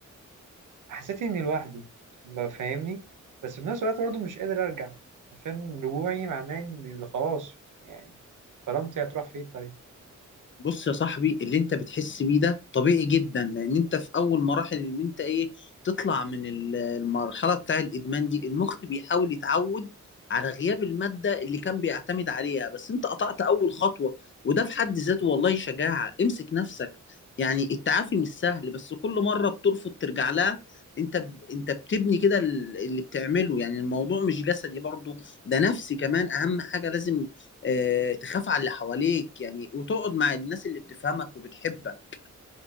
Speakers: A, on the right; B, on the left.
A: حسيت اني لوحدي لو فاهمني بس بنفس الوقت برضه مش قادر ارجع عشان رجوعي معناه ان خلاص يعني كرامتي هتروح فين طيب
B: بص يا صاحبي اللي انت بتحس بيه ده طبيعي جدا لان انت في اول مراحل ان انت ايه تطلع من ال- المرحله بتاع الادمان دي المخ بيحاول يتعود على غياب الماده اللي كان بيعتمد عليها بس انت قطعت اول خطوه وده في حد ذاته والله شجاعه امسك نفسك يعني التعافي مش سهل بس كل مره بترفض ترجع لها انت ب... انت بتبني كده ال- اللي بتعمله يعني الموضوع مش جسدي برضه ده نفسي كمان اهم حاجه لازم آه، تخاف على اللي حواليك يعني وتقعد مع الناس اللي بتفهمك وبتحبك